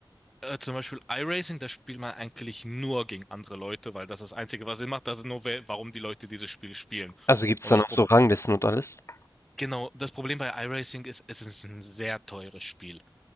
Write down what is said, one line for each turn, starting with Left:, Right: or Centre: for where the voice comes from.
Centre: Äh, zum Beispiel iRacing, da spielt man eigentlich nur gegen andere Leute, weil das das Einzige, was Sinn macht, das ist nur, wer- warum die Leute dieses Spiel spielen.
Left: Also gibt
Centre: Und
Left: es dann
Centre: das
Left: auch
Centre: Pro
Left: so Ranglisten und alles?
Centre: genau, das Problem bei iRacing ist, es ist ein sehr teures Spiel.